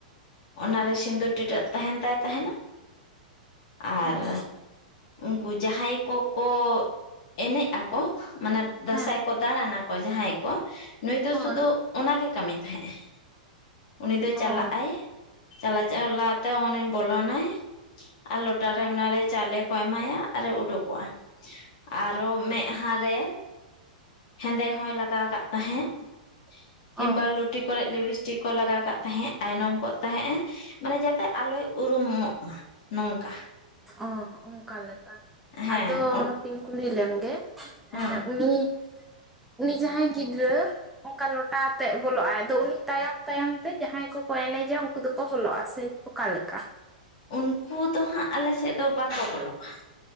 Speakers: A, on the left; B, in the centre.
A: ᱚᱱᱟ ᱨᱮ ᱥᱤᱸᱫᱩᱨ ᱴᱤᱰᱟᱹᱜ ᱛᱟᱦᱮᱱ ᱛᱟᱭ ᱛᱟᱦᱮᱱᱟ ᱟᱨ
B: ᱦᱮᱸ
A: ᱼᱼ ᱩᱱᱠᱩ ᱡᱟᱦᱟᱸᱭ ᱠᱚᱠᱚ ᱮᱱᱮᱡ ᱟᱠᱚ ᱢᱟᱱᱮ ᱫᱟᱸᱥᱟᱭ
B: ᱦᱮᱸ
A: ᱠᱚ ᱫᱟᱬᱟᱱᱟ ᱼᱼ ᱠᱚ ᱟᱦᱟᱸᱭ ᱠᱚ ᱱᱩᱭ ᱫᱚ
B: ᱦᱳᱭ
A: ᱥᱩᱫᱩ ᱚᱱᱟ ᱜᱮ ᱠᱟᱹᱢᱤ ᱛᱟᱦᱮᱸᱜᱼᱮ ᱾ ᱩᱱᱤ ᱫᱚ ᱪᱟᱞᱟᱜᱼᱟᱭ᱾
B: ᱚ
A: ᱪᱟᱞᱟᱣ ᱪᱟᱞᱟᱣ ᱛᱮ ᱩᱱᱤ ᱵᱚᱞᱚᱱᱟᱭ ᱟᱨ ᱞᱚᱴᱟᱨᱮ
B: ᱦᱮᱸ
A: ᱚᱱᱟᱨᱮ ᱪᱟᱣᱞᱮ ᱠᱚ ᱮᱢᱟᱭᱟ ᱟᱨᱮ ᱩᱰᱩᱠᱚᱜᱼᱟ ᱟᱨᱦᱚᱸ ᱢᱮᱫᱦᱟ ᱨᱮ ᱦᱮᱸᱫᱮ ᱦᱚᱭ ᱞᱟᱜᱟᱣ ᱠᱟᱜ ᱛᱟᱦᱮᱸᱫ ᱾ ᱠᱤᱢᱵᱟ
B: ᱚ
A: ᱞᱩᱴᱤ ᱠᱚᱨᱮ ᱞᱤᱵᱤᱥᱴᱤᱠ ᱠᱚ ᱞᱟᱜᱟᱣ ᱠᱟᱜ ᱛᱟᱦᱮᱸᱫ ᱟᱭᱱᱚᱢ ᱠᱚᱜ ᱼᱼ ᱛᱟᱦᱮᱸᱜᱼᱟ ᱢᱟᱱᱮ ᱡᱟᱛᱮ ᱟᱞᱚᱭ ᱩᱨᱩᱢᱚᱜ ᱢᱟ ᱱᱚᱝᱠᱟ ᱾
B: ᱚ ᱚᱱᱠᱟ ᱞᱮᱠᱟ
A: ᱦᱮᱸ
B: ᱟᱫᱚ ᱦᱟᱹᱯᱮᱧ ᱠᱩᱞᱤ ᱞᱮᱢ ᱜᱮ ᱾
A: ᱦᱩᱸ
B: ᱩᱱᱤ ᱩᱱᱤ ᱡᱟᱦᱟᱸᱭ ᱜᱤᱫᱽᱨᱟᱹ ᱚᱱᱠᱟ ᱞᱚᱴᱟ ᱟᱛᱮᱜ ᱼᱼ ᱵᱚᱞᱚᱜ ᱟᱭ ᱟᱫᱚ ᱩᱱᱤ ᱛᱟᱭᱚᱢ ᱛᱟᱭᱚᱢ ᱛᱮ ᱡᱟᱦᱟᱸᱭ ᱠᱚᱠᱚ ᱮᱱᱮᱡᱟ ᱩᱱᱠᱩ ᱫᱚ ᱠᱚ ᱵᱚᱞᱚᱜᱼᱟ ᱥᱮ ᱚᱠᱟ ᱞᱮᱠᱟ?
A: ᱩᱱᱠᱩ ᱫᱚ ᱦᱟᱸᱜ ᱟᱞᱮ ᱥᱮᱫ ᱫᱚ ᱵᱟᱠᱚ ᱵᱚᱞᱚᱜᱼᱟ ᱾